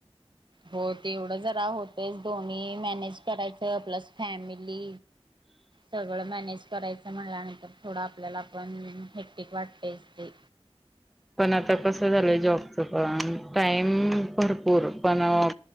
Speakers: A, on the right; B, in the centre.
A: हो तेवढं जरा होतयच दोन्ही मॅनेज करायचं प्लस फॅमिली सगळं मॅनेज करायचं म्हणल्यानंतर थोडं आपल्याला पण हेकटिक वाटतयच ते
B: पण आता कसं झालंय जॉबचं पण टाईम भरपूर पण अ